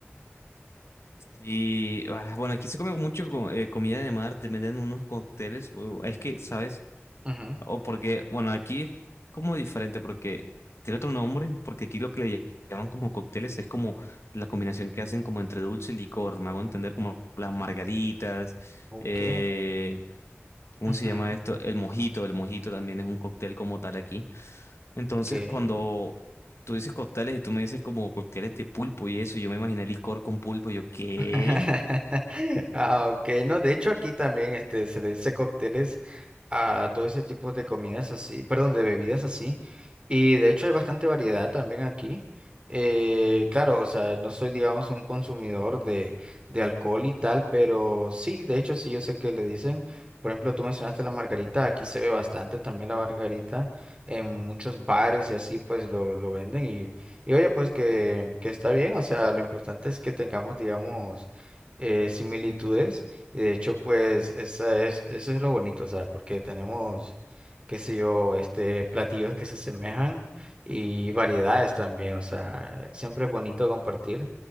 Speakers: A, on the left; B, on the right.
A: Y ah, bueno, aquí se come mucho co- eh, comida de mar, te venden unos cócteles, uh, es que, ¿sabes?
B: Ujú.
A: O porque, bueno, aquí es como diferente porque tiene otro nombre, porque aquí lo que le llaman como cócteles es como la combinación que hacen como entre dulce y licor, me hago entender como las margaritas,
B: Ok.
A: eh, ¿cómo
B: Ujú,
A: se llama
B: ujú.
A: esto? El mojito, el mojito también es un cóctel como tal aquí. Entonces,
B: Ok.
A: cuando tú dices cócteles y tú me dices como cócteles de pulpo y eso, yo me imaginé licor con pulpo, y yo, ¿qué?
B: <laughs> Ah, ok, no, de hecho aquí también este, se le dice cócteles a todo ese tipo de comidas así, perdón, de bebidas así, y de hecho hay bastante variedad también aquí. Eh, claro, o sea, no soy, digamos, un consumidor de, de alcohol y tal, pero sí, de hecho sí, yo sé que le dicen, por ejemplo, tú mencionaste la margarita, aquí se ve bastante también la margarita, en muchos bares y así, pues lo, lo venden y oye, pues que, que está bien, o sea, lo importante es que tengamos, digamos, eh, similitudes. Y de hecho, pues, esa es, eso es lo bonito, o sea, porque tenemos, qué sé yo, este, platillos que se asemejan y variedades también, o sea, siempre es bonito compartir.